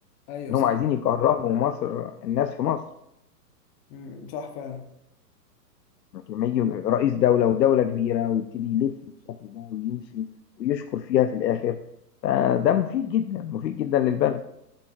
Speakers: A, on the left (about 25°); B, on the left (about 80°).
A: أيوه
B: انهم
A: صح
B: عايزين يكرهوا مصر الناس في مصر
A: امم صح فعلا
B: لكن لما يجي رئيس دولة ودولة كبيرة ويبتدي يلف بالشكل ده ويمشي ويشكر فيها في الآخر فده مفيد جدا مفيد جدا للبلد